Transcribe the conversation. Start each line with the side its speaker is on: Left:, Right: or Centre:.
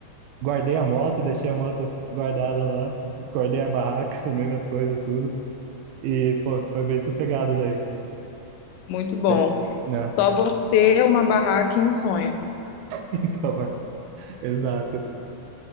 Right: Guardei a moto, deixei a moto guardada lá, guardei a barraca, <laughs> comi minhas coisas, tudo. E, pô, foi bem sossegado daí.
Left: muito bom.
Right: Bem- Né?
Left: Só
Right: <laughs>
Left: você, uma barraca e um sonho.
Right: Então, é, exato.